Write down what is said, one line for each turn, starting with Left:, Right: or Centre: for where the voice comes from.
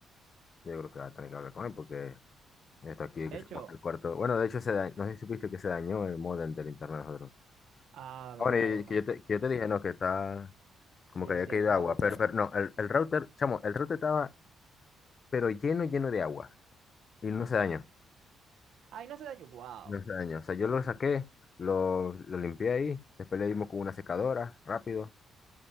Left: Yo creo que va a tener que hablar con él porque esto aquí
Right: De
Left: que
Right: hecho,
Left: se moja el cuarto. Bueno, de hecho, se da- no sé si supiste que se dañó el modem del internet de nosotros.
Right: ah,
Left: Ahora,
Right: verdad,
Left: que
Right: oh, maldito.
Left: yo te, que yo te dije, no, que está
Right: Sí,
Left: como que había
Right: sí,
Left: caído
Right: el router.
Left: agua, pero, pero no, el, el router, chamo, el router estaba pero lleno, lleno de agua y
Right: imagínate.
Left: no se dañó,
Right: Ay, no se dañó. Wow.
Left: no se dañó. O sea, yo lo saqué, lo, lo limpié ahí, después le dimos con una secadora rápido